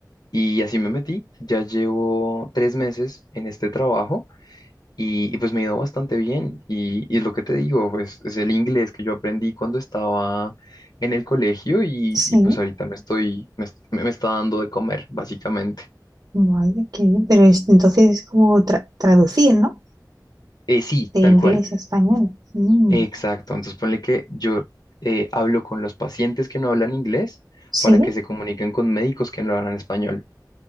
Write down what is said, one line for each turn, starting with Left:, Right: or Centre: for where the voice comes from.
Left: Y así me metí, ya llevo tres meses en este trabajo. Y, y pues me ha ido bastante bien. Y, y es lo que te digo, pues es el inglés que yo aprendí cuando estaba en el colegio y,
Right: sí.
Left: y pues ahorita me estoy, me, est- me está dando de comer, básicamente.
Right: Vaya, qué bien. Pero es- entonces es como tra- traducir, ¿no?
Left: Eh, sí,
Right: De inglés
Left: tal cual.
Right: a español. Mm,
Left: Exacto. Entonces ponle que yo eh, hablo con los pacientes que no hablan inglés
Right: Sí.
Left: para que se comuniquen con médicos que no hablan español.